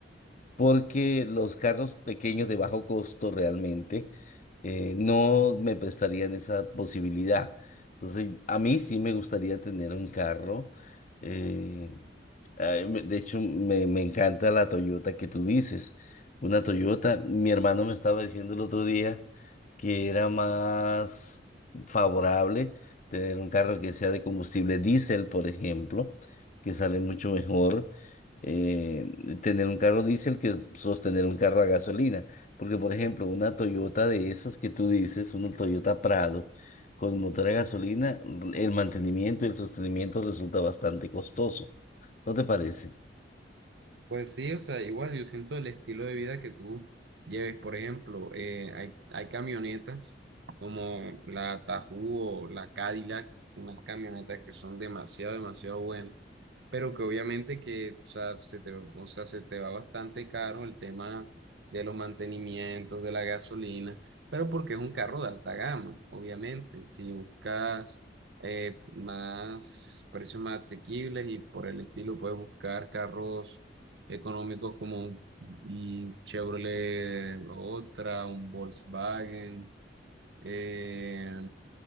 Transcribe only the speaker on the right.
Pues sí, o sea, igual yo siento el estilo de vida que tú lleves, por ejemplo, eh, hay, hay camionetas como la Tahoe o la Cadillac, unas camionetas que son demasiado, demasiado buenas, pero que obviamente que, o sea, se te, o sea, se te va bastante caro el tema de los mantenimientos, de la gasolina, pero porque es un carro de alta gama, obviamente, si buscas eh, más precios más asequibles y por el estilo puedes buscar carros económicos como un, un Chevrolet otra un Volkswagen. eh,